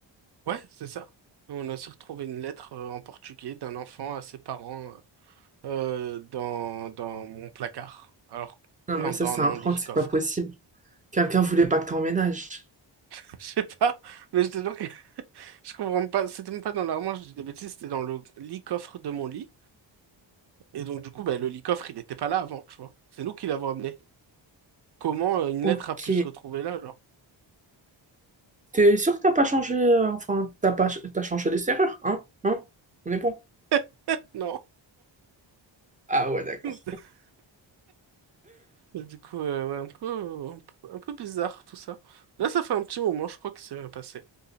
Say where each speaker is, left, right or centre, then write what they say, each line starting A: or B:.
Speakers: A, on the right (about 60°); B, on the right (about 15°).
A: Ouais, c'est ça. On a aussi retrouvé une lettre euh, en portugais d'un enfant à ses parents euh, dans, dans mon placard. Alors,
B: Non
A: non,
B: mais ça
A: dans
B: c'est
A: mon
B: un prank,
A: lit,
B: c'est
A: coffre.
B: pas possible. Quelqu'un voulait pas que t'emménages.
A: <laughs> Je sais pas, mais je te jure Je comprends pas, c'était même pas dans l'armoire, je dis des bêtises, c'était dans le lit coffre de mon lit. Et donc, du coup, bah, le lit coffre, il n'était pas là avant, tu vois. C'est nous qui l'avons amené. Comment euh, une
B: Ok.
A: lettre a pu se retrouver là, genre?
B: T'es sûr que t'as pas changé, euh, enfin t'as pas, t'as changé les serrures, hein? Hein? On est bon.
A: <laughs> Non.
B: Ah ouais, d'accord.
A: <laughs> Et Du coup, euh, ouais, un peu, un peu, un peu bizarre tout ça. Là, ça fait un petit moment, je crois que c'est rien passé.